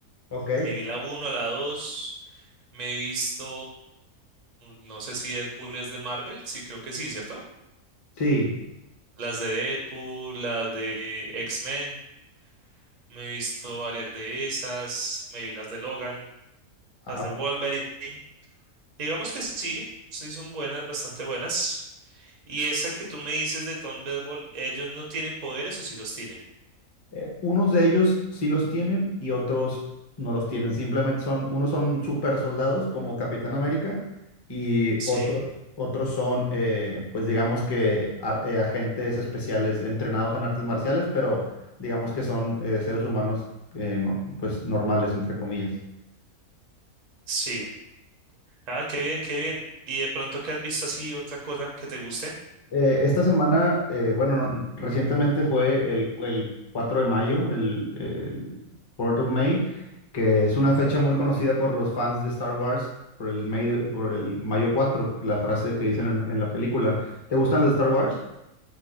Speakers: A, on the left; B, on the right.
A: Ok.
B: me vi la 1, la 2. Me he visto, no sé si Deadpool es de Marvel, sí creo que sí, ¿cierto?
A: Sí,
B: Las de Deadpool, las de X-Men, me he visto varias de esas, me vi las de Logan,
A: Ah,
B: las de Wolverine. Digamos que sí, sí son buenas, bastante buenas. Y esa que tú me dices de Tom Thunderbolt, ¿ellos no tienen poderes o sí los tienen?
A: eh, unos de ellos sí los tienen y otros no los tienen. Simplemente son, unos son super soldados como Capitán América y
B: Sí,
A: otros, otros son, eh, pues digamos que ar- eh, agentes especiales entrenados en artes marciales, pero digamos que son eh, seres humanos eh, no- pues normales, entre comillas.
B: sí. Ah, qué bien, qué bien. ¿Y de pronto qué has visto así otra cosa que te guste?
A: Eh, esta semana, eh, bueno, no, recientemente fue el, el 4 de mayo, el, el 4 of May, que es una fecha muy conocida por los fans de Star Wars, por el, May de- por el mayo 4, la frase que dicen en, en la película. ¿Te gustan las de Star Wars?